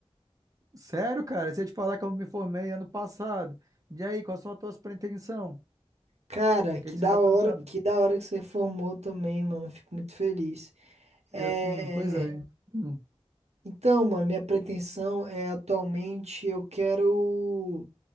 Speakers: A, on the right; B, on the right.
A: Sério, cara, se eu te falar que eu me formei ano passado. E aí, quais são as tuas pretensões? O
B: Cara, que
A: que que
B: da
A: você tá
B: hora,
A: planejando?
B: que da hora que você formou também, mano. Fico muito feliz.
A: Eu...
B: É...
A: hum, Pois é. Hum,
B: Então, mano, minha pretensão é atualmente eu quero